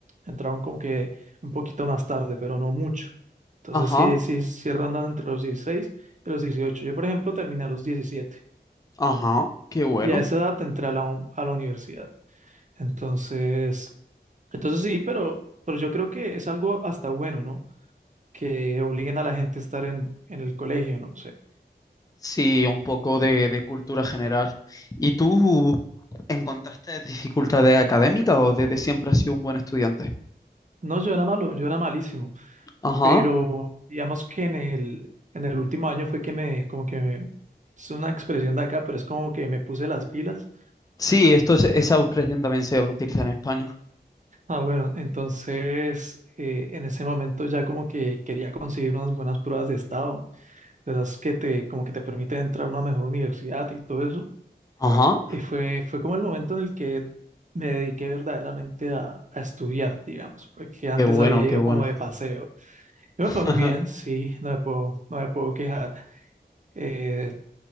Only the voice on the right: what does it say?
entraron como que un poquito más tarde, pero no mucho. Entonces,
sí, sí, sí rondan entre los 16 y los 18. Yo, por ejemplo, terminé a los 17.
Y a esa edad te a la, un- a la universidad. Entonces, entonces sí, pero, pero yo creo que es algo hasta bueno, ¿no? Que obliguen a la gente a estar en, en el colegio, no sé.
No, yo era malo, yo era malísimo,
pero digamos que en el, en el último año fue que me, como que me, es una expresión de acá, pero es como que me puse las pilas.
Ah, bueno, entonces eh, en ese momento ya como que quería conseguir unas buenas pruebas de estado de esas que te, como que te permite entrar a una mejor universidad y todo eso.
Y fue, fue como el momento en el que me dediqué verdaderamente a, a estudiar, digamos, porque antes
había ido
como de paseo. Y me
fue muy bien, sí, no me puedo, no me puedo quejar. Eh,